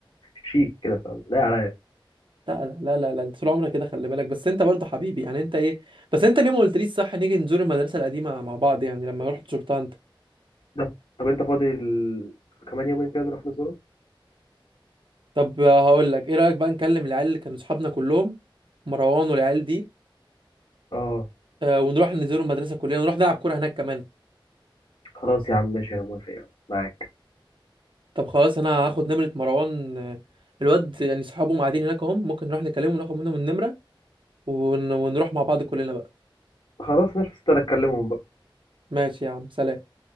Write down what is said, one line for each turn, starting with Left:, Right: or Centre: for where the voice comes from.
Left: شيك كده فاهم لا عليا
Right: لا لا لا لا, لا. انت طول عمرك كده خلي بالك بس انت برضه حبيبي يعني انت ايه بس انت ليه ما قلتليش صح نيجي نزور المدرسه القديمه مع بعض يعني لما رحت شرطه انت
Left: ده طب انت فاضي ال... كمان يومين كده نروح نزوره
Right: طب آه، هقول لك ايه رايك بقى نكلم العيال اللي كانوا اصحابنا كلهم مروان والعيال دي
Left: اه
Right: آه، ونروح نزور المدرسه كلنا ونروح نلعب كوره هناك كمان
Left: خلاص يا عم ماشي انا موافق يا عم معاك
Right: طب خلاص انا هاخد نمره مروان آه، الواد يعني صحابهم قاعدين هناك اهم ممكن نروح نكلمهم وناخد منهم النمره ون- ونروح مع بعض كلنا بقى
Left: خلاص ماشي بس انا اكلمهم بقى
Right: ماشي يا عم سلام